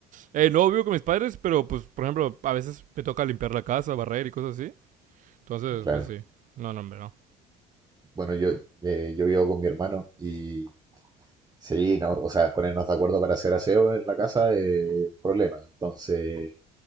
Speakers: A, on the right; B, on the right.
A: Eh, no vivo con mis padres, pero pues, por ejemplo, a veces me toca limpiar la casa, barrer y cosas así. Entonces,
B: Claro.
A: pues sí. No, no, hombre, no.
B: Bueno, yo, eh, yo vivo con mi hermano y sí, no, o sea, ponernos de acuerdo para hacer aseo en la casa es un problema. Entonces,